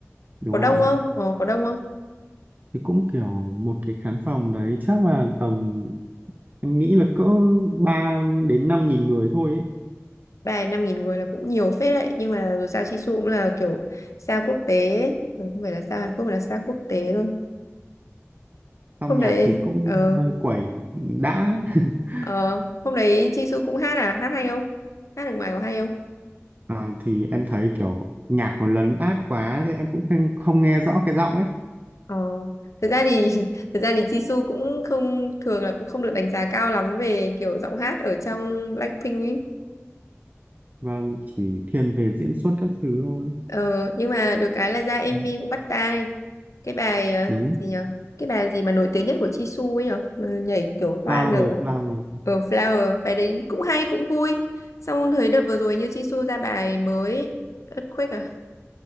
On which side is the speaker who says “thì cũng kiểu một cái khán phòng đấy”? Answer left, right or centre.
Right